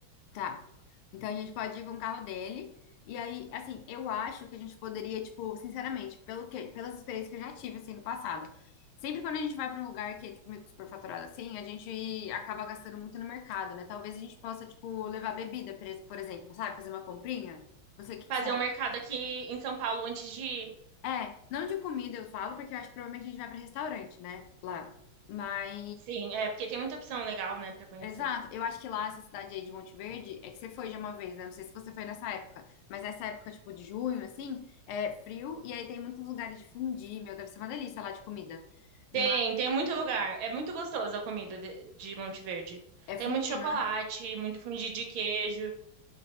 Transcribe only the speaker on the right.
Fazer
um mercado aqui em São Paulo antes de ir.
Sim, é, porque tem muita opção legal, né, pra conhecer.
Tem, tem muito lugar. É muito gostoso a comida de, de Monte Verde.
Tem
muito chocolate,
muito fundido de queijo.